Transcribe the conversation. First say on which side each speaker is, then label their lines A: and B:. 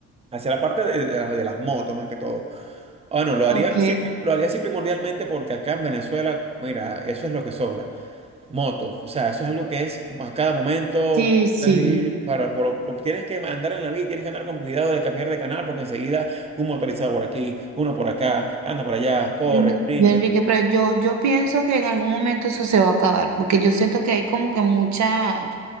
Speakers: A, on the right; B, on the right.
A: Hacia la parte de, de las, de las motos más que todo. Bueno, lo haría,
B: Ok.
A: así- lo haría así primordialmente porque acá en Venezuela, mira, eso es lo que sobra. Moto, o sea, eso es algo que es a cada momento,
B: Sí, sí.
A: tienes que ir- para, por- por- tienes que andar en la vida, tienes que andar con cuidado de cambiar de canal porque enseguida un motorizado por aquí, uno por acá, anda para allá, corren,
B: Mm,
A: brincan,
B: Enrique, pero yo, yo pienso que en algún momento eso se va a acabar, porque yo siento que hay como que mucha,